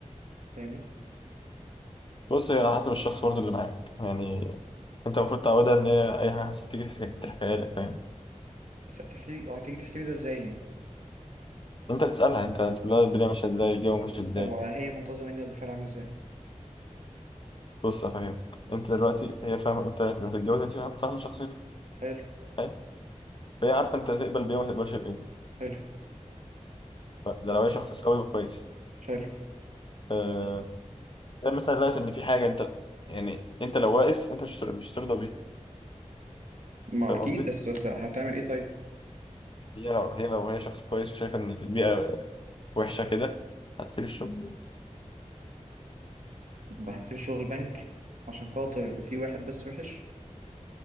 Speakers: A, on the right; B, on the left.
A: فاهمني
B: بص هي على حسب الشخص برضه اللي معاك يعني أنت المفروض تعودها إن هي أي حاجة حصلت تيجي تحكي- تحكيها لك فاهم
A: بس هتحكي لي هتيجي تحكي لي ده ازاي يعني
B: أنت تسألها أنت تقول لها الدنيا ماشية إزاي الجو ماشي إزاي
A: طب آه، هي منتظره مني رد فعل عامل ازاي
B: بص أفهم أنت دلوقتي هي فاهمة أنت اللي هتتجوزها دي فاهمة فاهمة شخصيتك
A: حلو
B: فاهم فهي عارفة أنت تقبل بإيه وما تقبلش بإيه
A: حلو
B: ده لو هي شخص سوي وكويس
A: حلو
B: آه، ده مثلا دلوقتي ان في حاجه انت يعني انت لو واقف انت مش مش ترضى بيها
A: ما
B: فاهم
A: اكيد
B: قصدي؟
A: بس بس هتعمل ايه طيب
B: هي لو هي لو هي شخص كويس وشايفه ان البيئه وحشه كده هتسيب الشغل
A: هتسيب الشغل بنك عشان خاطر في واحد بس وحش